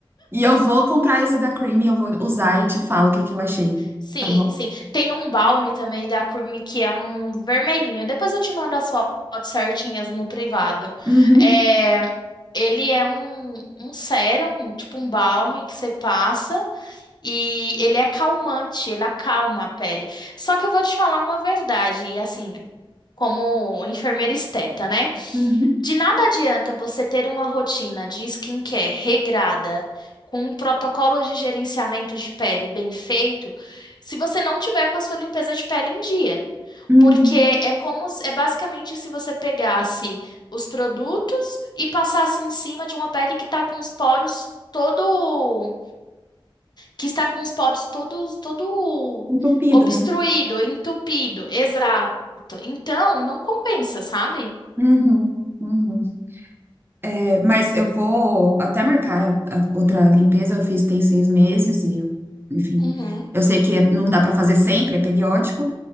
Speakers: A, on the right; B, on the left.
A: E eu vou comprar esse da Creamy, eu vou usar e te falo o que que eu achei,
B: Sim,
A: tá bom?
B: sim. Tem um balme também da Curmi que é um vermelhinho. Depois eu te mando as fo- fotos certinhas no privado.
A: Uhum,
B: É, ele é um, um sérum, tipo um balme que você passa e ele é calmante, ele acalma a pele. Só que eu vou te falar uma verdade, e assim, como enfermeira esteta, né?
A: uhum,
B: De nada adianta você ter uma rotina de skincare regrada, com um protocolo de gerenciamento de pele bem feito, se você não tiver com a sua limpeza de pele em dia.
A: uhum.
B: Porque é como, se- é basicamente se você pegasse os produtos e passasse em cima de uma pele que está com os poros todo, que está com os poros todos, todo
A: Entupido,
B: obstruído,
A: né?
B: entupido, exato. Então, não compensa, sabe?
A: Uhum, uhum. É, mas eu vou até marcar a outra limpeza, eu fiz tem seis meses e, enfim,
B: Uhum,
A: eu sei que não dá pra fazer sempre, é periódico.